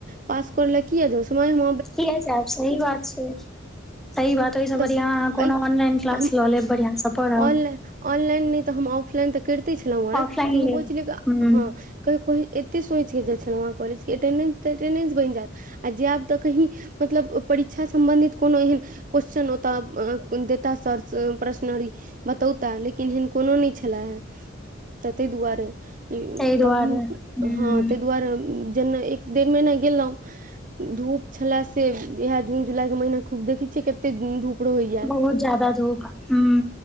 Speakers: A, on the right; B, in the centre.
A: पास कर लक य जो समय हम
B: कब सही बात छै सही बात ओहि सब
A: तऽ
B: बढ़िया कोनो
A: एहि
B: ऑनलाइन क्लास
A: हम
B: लऽ लेब बढ़ियां सँ पढ़ब
A: ऑन ऑनलाइन त हम ऑनलाइन त करिते छलहु हे
B: ऑफलाइन
A: तैयो
B: लेब ह
A: <unintelligible> हँ कहियो एते सोच के जाय छ छल वहाँ कॉलज के अटेंडेस तऽ अटेंडेस बनि जायत आ जायब तऽ कही मतलब परीक्षा सम्बंधित कोनो एहन क्वेेश्चन ओतय दे ता सर प्रश्न बतौताह लेकिन एहन कोनो नहि छे हे तऽ ताहि दुआरे तऽ
B: ताहि दुआरे
A: हम
B: ह
A: हँ ताहि दुआरे जेना एक डेढ़ महिना गेलहुँ धूप छले से इहा जून जुलाई के महीना खूब देखै छियै कते धूप रहैया
B: बहुत ज्यादा धूप ह